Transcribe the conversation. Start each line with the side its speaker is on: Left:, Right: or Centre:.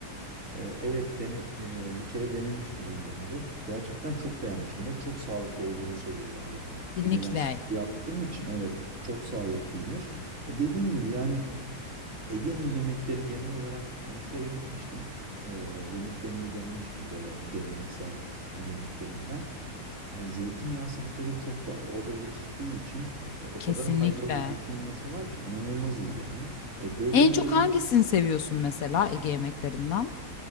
Right: Ee, Evet dene, e, bir kere denemiştim enginarı. Gerçekten çok beğenmiştim ve çok sağlıklı olduğunu söylüyorlar yani.
Left: Kesinlikle,
Right: Bir de ben spor yaptığım için evet çok sağlıklıymış. E, Dediğin gibi yani Ege'nin yemekleri genel olarak e, bir kere gitmiştim. E, yemeklerini de denemiştim böyle geleneksel yemeklerinden. E, zeytinyağısı bir kere çok doğal. Orada yetiştiği için e, o
Left: kesinlikle.
Right: kadar faydalı zeytinyağısı var ki inanılmaz iyi yani. E, böylece
Left: En çok
Right: olunca
Left: hangisini seviyorsun mesela Ege yemeklerinden?